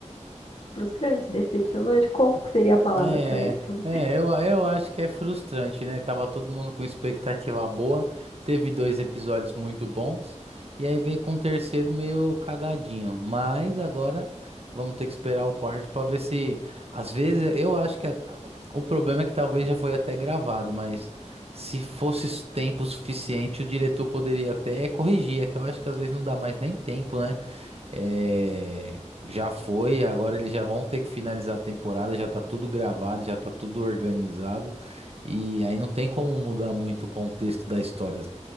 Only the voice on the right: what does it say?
É,
é, eu, eu acho que é frustrante, né? Tava todo mundo com expectativa boa, teve dois episódios muito bons, e aí veio com o terceiro meio cagadinho. Mas agora vamos ter que esperar o quarto pra ver se. Às vezes eu acho que a- o problema é que talvez já foi até gravado, mas se fosse tempo suficiente, o diretor poderia até corrigir. É que eu acho que às vezes não dá mais nem tempo, né? É, já foi, agora eles já vão ter que finalizar a temporada, já tá tudo gravado, já tá tudo organizado. E aí não tem como mudar muito o contexto da história.